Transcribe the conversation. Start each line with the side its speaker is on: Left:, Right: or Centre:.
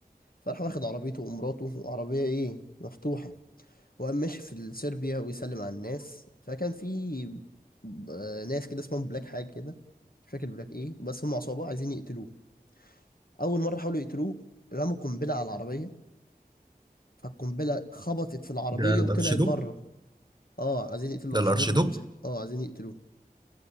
Left: فراح واخد عربيته ومراته وعربيه ايه مفتوحه وقام ماشي في صربيا ويسلم على الناس فكان في ب- ناس كده اسمهم بلاك حاجه كده مش فاكر بلاك ايه بس هم عصابه عايزين يقتلوه اول مره حاولوا يقتلوه رموا قنبله على العربيه فالقنبله خبطت في العربيه
Right: ده الارشيدوك
Left: وطلعت بره اه عايزين يقتلوا الارشيدوك
Right: ده الارشيدوك
Left: اللي مس... اه عايزين يقتلوه